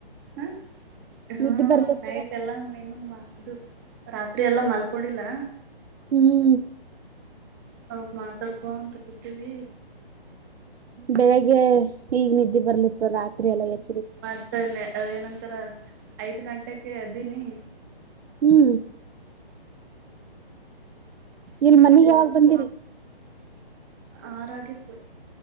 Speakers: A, on the right (about 20°); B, on the right (about 85°).
A: ಹ ಹ
B: ನಿದ್ದೆ ಬರ್ಲತ್ತದನು
A: ನೈಟ್ ಎಲ್ಲ ನೀನು ಮಾ ಅದು ರಾತ್ರಿ ಎಲ್ಲಾ ಮಲ್ಕೊಂಡಿಲ್ಲ.
B: ಹ್ಮ್
A: ಅವ್ ಮಾತಾಡ್ಕೋ ಅಂತ ಕೂತುಕೊಂಡು ಇದ್ದೀವಿ
B: ಬೆಳಿಗ್ಗೆ ಈಗ್ ನಿದ್ದೆ ಬರ್ಲಿತ್ತು ರಾತ್ರಿ ಎಲ್ಲ ಎದ್ದು
A: ಮಾಡ್ತಾನನೆ ಅ ಏನಂತ ಆತ್ತರ ಐದ್ ಗಂಟೆಕ್ಕೆ ಯ ದ್ದೀನಿ
B: ಹ್ಮ್
A: ಮನೆದ್ದಿ
B: ಇಲ್ ಮನಗೆ ಯಾವಾಗ ಬಂದಿರಿ
A: ಆರು ಆಗಿತ್ತು